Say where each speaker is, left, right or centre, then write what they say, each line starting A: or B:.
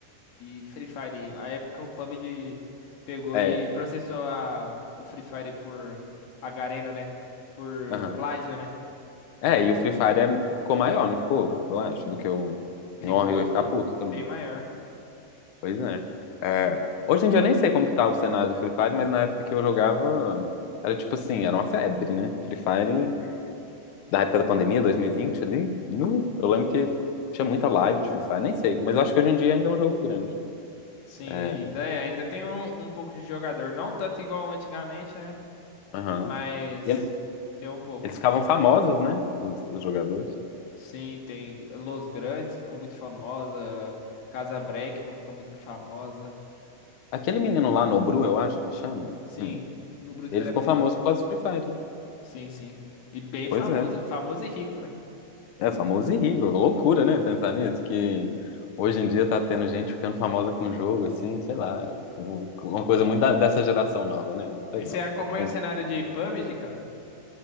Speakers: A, on the left; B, on the left.
A: e Free Fire. A época o PUBG pegou
B: É.
A: e processou a, o Free Fire por a Garena, né? Por
B: aham.
A: plágio, né?
B: É, e o Free Fire é- ficou maior, não ficou? Eu
A: Ficou.
B: acho, do que o. Nossa,
A: Ficou
B: eu ia ficar puto
A: bem
B: também.
A: maior.
B: Pois é. É, Hoje em dia eu nem sei como que tá o cenário do Free Fire, mas na época que eu jogava, era tipo assim, era uma febre, né? Free Fire, da época da pandemia, 2020 ali, nu, eu lembro que tinha muita live de Free Fire, nem sei, mas eu acho que hoje em dia ainda é um jogo grande, né?
A: Sim,
B: É,
A: ainda é. Ainda tem um, um pouco de jogador. Não tanto igual antigamente, né?
B: aham.
A: Mas
B: E ele-
A: tem um pouco.
B: eles ficavam famosos, né? Os, os jogadores.
A: Sim, tem Los Grandes, ficou muito famosa. Casa Breckman ficou muito famosa.
B: Aquele menino lá, Nobru, eu acho que ele chama,
A: Sim,
B: hum,
A: no Brasil
B: ele
A: era
B: ficou
A: Pelão.
B: famoso por causa do Free Fire, né?
A: Sim, sim. E bem famoso,
B: Pois é.
A: famoso e rico, né?
B: É famoso e rico, loucura, né? Pensar nisso, que hoje em dia tá tendo gente ficando famosa com jogo, assim, sei lá, um- uma coisa muito da- dessa geração nova, né? Muito
A: E
B: legal.
A: você acompanha
B: Com-
A: o cenário de PUBG, cara?